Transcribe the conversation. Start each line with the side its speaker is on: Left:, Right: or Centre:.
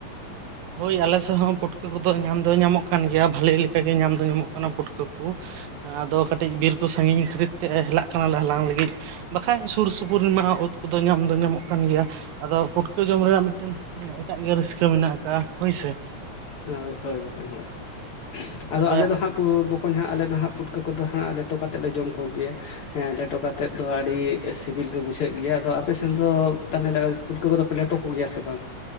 Right: ᱦᱳᱭ ᱟᱞᱮ ᱥᱮᱫ ᱦᱚᱸ ᱯᱩᱴᱠᱟᱹ ᱠᱚᱫᱚ ᱧᱟᱢ ᱫᱚ ᱧᱟᱢᱚᱜ ᱠᱟᱱ ᱜᱮᱭᱟ ᱵᱷᱟᱹᱞᱮ ᱞᱮᱠᱟᱜᱮ ᱧᱟᱢ ᱫᱚ ᱧᱟᱢᱚᱜ ᱠᱟᱱᱟ ᱯᱩᱴᱠᱟᱹ ᱠᱚ᱾ ᱟᱫᱚ ᱠᱟᱹᱴᱤᱡ ᱵᱤᱨ ᱠᱚ ᱥᱟᱺᱜᱤᱧ ᱠᱷᱟᱹᱛᱤᱨ ᱛᱮ ᱦᱮᱞᱟᱜ ᱠᱟᱱᱟᱞᱮ ᱦᱟᱞᱟᱝ ᱞᱟᱹᱜᱤᱫ᱾ ᱵᱟᱠᱷᱟᱡ ᱥᱩᱨᱼ ᱥᱩᱯᱩᱨᱢᱟ ᱚᱛ ᱠᱚᱫᱚ ᱧᱟᱢ ᱫᱚ ᱧᱟᱢᱚᱜ ᱠᱟᱱ ᱜᱮᱭᱟ ᱟᱫᱚ ᱯᱩᱴᱠᱟᱹ ᱡᱚᱢ ᱨᱮᱱᱟᱜ ᱢᱤᱫᱴᱮᱱᱹᱹᱹ ᱮᱴᱟᱜ ᱜᱮ ᱨᱟᱹᱥᱠᱟᱹ ᱢᱮᱱᱟᱜ ᱟᱠᱟᱟᱜᱼᱟ ᱦᱳᱭᱥᱮ᱾
Left: ᱦᱳᱭ ᱦᱳᱭ ᱵᱠᱚ ᱦᱳᱭ
Right: ᱛᱚᱵᱮ
Left: ᱟᱫᱚ ᱟᱞᱮ ᱫᱚ ᱦᱟᱸᱜ᱾ ᱠᱚ ᱦᱟᱸᱜ ᱟᱞᱮ ᱫᱚ ᱦᱟᱸᱜ ᱯᱩᱴᱠᱟᱹ ᱠᱚᱫᱚ ᱦᱟᱸᱜ ᱞᱮᱴᱚ ᱠᱟᱛᱮᱫ ᱞᱮ ᱡᱚᱢ ᱠᱚᱜᱮᱭᱟ ᱦᱮᱸ ᱞᱮᱴᱚ ᱠᱟᱛᱮᱫ ᱫᱚ ᱟᱹᱰᱤᱹᱹᱹ ᱥᱤᱵᱤᱞ ᱜᱮ ᱵᱩᱡᱷᱟᱹᱜ ᱜᱮᱭᱟ ᱟᱫᱚ ᱟᱯᱮ ᱥᱮᱱ ᱫᱚ ᱛᱟᱦᱚᱞᱮ ᱯᱩᱴᱠᱟᱹ ᱠᱚᱫᱚ ᱯᱮ ᱞᱮᱴᱚ ᱠᱚᱜᱮᱭᱟ ᱥᱮ ᱵᱟᱝ᱾